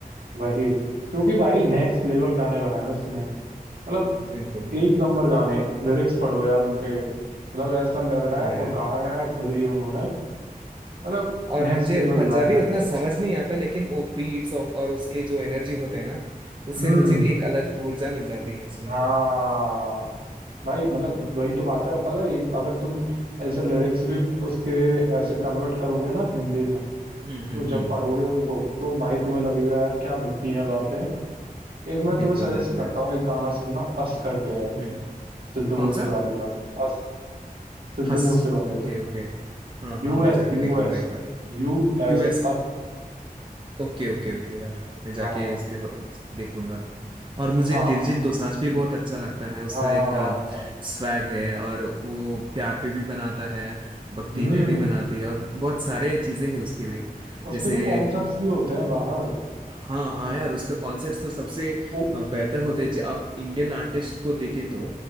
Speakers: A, on the right (about 80°); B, on the right (about 30°).
A: वही क्योंकि भाई नेक्स्ट लेवल गाने बनाए उसने मतलब
B: बिल्कुल
A: एक
B: बिल्कुल
A: नंबर गाने लिरिक्स पढ़ो यार उनके मतलब ऐसा लग रहा
B: हाँ
A: है और
B: यार
A: गाया है खुद ही उन्होंने मतलब
B: और
A: नेक्स्ट
B: मुझे
A: लेवल
B: पंजाबी
A: भाई आर्टिस्ट
B: उतना समझ नहीं आता लेकिन वो बीट्स और, और उसके जो एनर्जी होते हैं ना उससे
A: हम्म
B: मुझे भी एक अलग ऊर्जा मिल जाती है सुन
A: हाँ
B: के
A: भाई मतलब वही तो बात है अब पता है एक- अगर तुम ऐसे लिरिक्स भी उसके ऐसे कन्वर्ट करोगे ना हिंदी में
B: हम्म हम्म
A: तो
B: हम्म
A: जब पढ़ोगे उनको तो भाई तुम्हें लगेगा यार क्या लिखी है बातें एक मैं तुम्हें
B: बिल्कुल
A: सजेस्ट
B: बिल्कुल
A: करता
B: यार
A: हूँ एक गाना सुनना अस करके है
B: हम्म
A: सिद्धू
B: कौन
A: मूसे
B: सा
A: वाले का अस सिद्धू
B: हंस
A: मूसे वाले
B: Okay
A: का
B: okay हाँ हाँ
A: US
B: मैं जाके
A: US
B: देखूंगा एक बार
A: US
B: यूएस ओके ओके ओके यार मैं जाके
A: हाँ
B: उसके ब- देखूंगा और मुझे
A: हाँ
B: दिलजीत दोसांझ भी बहुत अच्छा लगता है उसका
A: हाँ
B: एक स्वैग है और वो प्यार पे भी बनाता है भक्ति
A: हम्म
B: पे भी बनाती है और बहुत सारे चीजें हैं उसके भी
A: उसके
B: जैसे
A: तो कॉन्सर्ट्स भी होते हैं बाहर
B: हाँ हाँ यार उसका कॉन्सर्ट्स तो सबसे
A: उ,
B: अ, बेहतर होते हैं जब आप इंडियन आर्टिस्ट को देखे तो